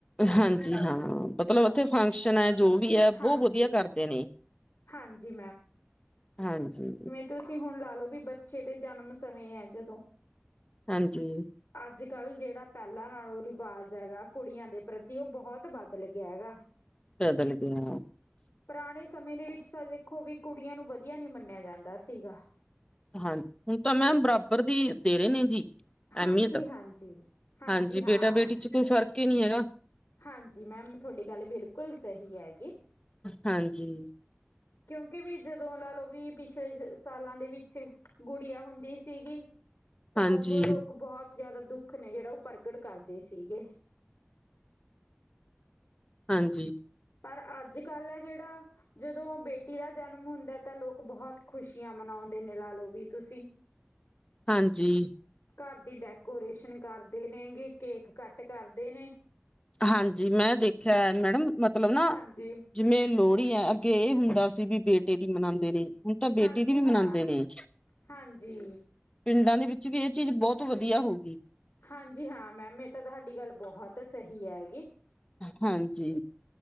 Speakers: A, on the left; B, on the left.
A: ਹਾਂਜੀ, ਹਾਂ ਮਤਲਬ ਓਥੇ ਫੰਕਸ਼ਨ ਐ। ਜੋ ਵੀ ਐ‌ ਬੋ
B: ਹਾਂਜੀ
A: ਵਦੀਆ ਕਾਰਦੇ ਨੇ,
B: ਹਾਂਜੀ
A: ਹਾਂਜੀ।
B: ਤੁਸੀ ਹੁਣ ਲਾਲੋ ਵੀ ਬੱਚੇ ਦੇ ਜਨਮ ਸਮੇਂ ਐ, ਜਦੋਂ।
A: ਹਾਂਜੀ।
B: ਆੱਜ-ਕਾੱਲ ਜੇੜਾ ਪੈਲਾ ਨਾਲੋਂ ਰਿਵਾਜ ਹੈਗਾ, ਕੁੜੀਆਂ ਦੇ ਪ੍ਰਤੀ ਓ ਬੋਹਤ ਬਦਲ ਗੇਆਗਾ।
A: ਬਦਲ ਗੇਆ
B: ਪਰਾਣੇ ਸਮੇਂ ਦੇ ਵਿੱਚ‌ ਤਾ ਵੇਖੋ ਵੀ ਕੁੜੀਆਂ ਨੂੰ ਵਦੀਆ ਨੀ ਮੰਨੇਆ ਜਾਂਦਾ ਸੀਗਾ।
A: ਹਾਂ, ਹੁਨ ਤਾਂ ਮੈਮ ਬਰਾਬਰ ਦੀ ਦੇਰੇ ਨੇ ਜੀ।
B: ਹਾਂਜੀ
A: ਐਮੀਅਤ।
B: ਹਾਂਜੀ
A: ਹਾਂਜੀ,
B: ਹਾਂ
A: ਬੇਟਾ ਬੇਟੀ ਚ ਕੋਈ ਫ਼ਰਕ ਕੀ ਨੀ ਹੈਗਾ।
B: ਹਾਂਜੀ ਮੈਮ, ਥੋਡੀ ਗਾੱਲ ਬਿਲਕੁਲ‌ ਸਹੀ ਹੈਗੀ।
A: ਹਾਂਜੀ।
B: ਕਯੋਂਕਿ ਵੀ ਜਦੋਂ ਲਾਲੋ ਵੀ ਪਿਛਲੇ ਜ ਸਾਲਾਂ ਦੇ ਵਿੱਚ ਗੁੜੀਆਂ ਹੁੰਦੀ ਸੀਗੀ, ਤਾਂ
A: ਹਾਂਜੀ
B: ਉਦੋਂ ਲੋਕ ਬੋਹਤ ਜੈਦਾ ਦੁੱਖ ਨੇ ਜੇੜਾ ਓ ਪ੍ਰਗਟ ਕਾਰਦੇ ਸੀਗੇ।
A: ਹਾਂਜੀ।
B: ਪਰ ਆੱਜ-ਕਾੱਲ ਐ ਜੇੜਾ ਜਦੋਂ ਬੇਟੀ ਦਾ ਜਨਮ ਹੁੰਦਾ ਤਾਂ ਲੋਕ ਬੋਹਤ ਖੁਸ਼ੀਆਂ ਮਨੋਓਂਦੇ ਨੇ ਲਾਲੋ‌ ਵੀ ਤੁਸੀ
A: ਹਾਂਜੀ
B: ਘਰ ਦੀ ਡੈਕੋਰੇਸ਼ਨ ਕਰਦੇ ਨੇਗੇ ਕੇਕ ਕੱਟ ਕਰਦੇ ਨੇ।
A: ਹਾਂਜੀ ਮੈਂ ਦੇਖਿਆ ਮੈਡਮ ਮਤਲਬ ਨਾ
B: ਹਾਂਜੀ
A: ਜਿਵੇਂ ਲੋਹੜੀ ਹੈ ਅੱਗੇ ਇਹ ਹੁੰਦਾ ਸੀ ਵੀ ਬੇਟੇ ਦੀ ਮਨਾਦੇ ਨੇ। ਹੁਣ ਤਾਂ ਬੇਟੀ
B: ਹਾਂਜੀ
A: ਦੀ ਵੀ
B: ਹਾਂ
A: ਮਨਾਉਂਦੇ ਨੇ।
B: ਹਾਂਜੀ
A: ਪਿੰਡਾਂ ਦੇ ਵਿੱਚ ਵੀ ਇਹ ਚੀਜ਼ ਬਹੁਤ ਵਧੀਆ ਹੋ ਗਈ।
B: ਹਾਜੀ ਹਾਂ ਮੈਮ ਇਹ ਤਾ ਤੁਹਾਡੀ ਗੱਲ ਬਹੁਤ ਸਹੀ ਹੈਗੀ।
A: ਹਾਂਜੀ